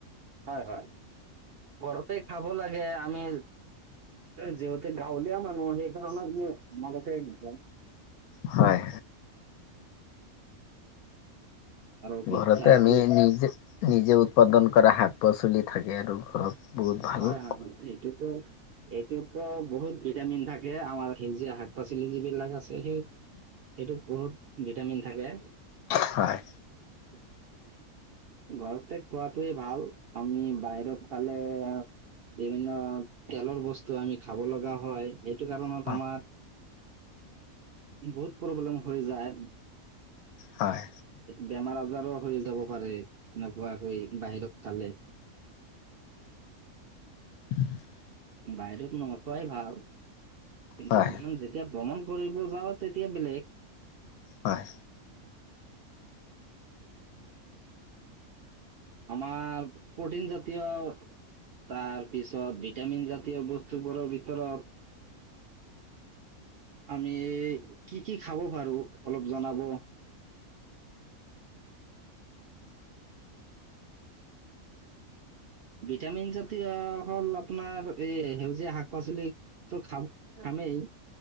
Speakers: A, on the right (about 60°); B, on the left (about 85°).
A: হয় হয় ঘৰতে খাব লাগে আমি যিহেতু গাঁৱল দুখীয়া মানু্হ সেই কাৰনে মই মালতে জাং
B: হয়
A: আৰু কি
B: ঘৰতে
A: তাৰ
B: আমি
A: পিছ
B: নিজে নিজে উৎপাদন কৰা শাক- পাচলি থাকে আৰু ঘৰত বহুত ভাল
A: হয় হয় সেইটিটো এইটো বহুত ভিটামিন থাকে আমাৰ সেউজীয়া শাক পাচলি যিবিলাক আছে এইটো এইটোত বহুত ভিটামিন থাকে
B: হয়
A: <unintelligible> ঘৰতে খোৱাতোৱে, ভাল আমি বাহিৰত খালে বিভিন্ন তেলৰ বস্তু আমি খাব লগা হয় সেইটো কাৰণত
B: হয়
A: আমাৰ বহুত প্ৰব্লেম হৈ যায়।
B: হয়
A: বেমাৰ আজাৰো হৈ যাব পাৰে তেনেকুৱাকৈ বাহিৰত খালে।
B: <unintelligible>
A: বাহিৰত নোখোৱাই ভাল, কিন্তু
B: হয়
A: ইমান যে যেতিয়া ভ্ৰমণ কৰিব যাওঁ তেতিয়া বেলেগ।
B: হয়।
A: আমাৰ প্ৰটিন জাতীয়- তাৰ পিছত ভিটামিন জাতীয় বস্তুবোৰৰ ভিতৰত - আমি কি কি খাব পাৰোঁ অলপ জনাব। ভিটামিন জাতীয় হ'ল আপোনাৰ এই সেউজীয়া শাক পাচলি। তো খাম খামেই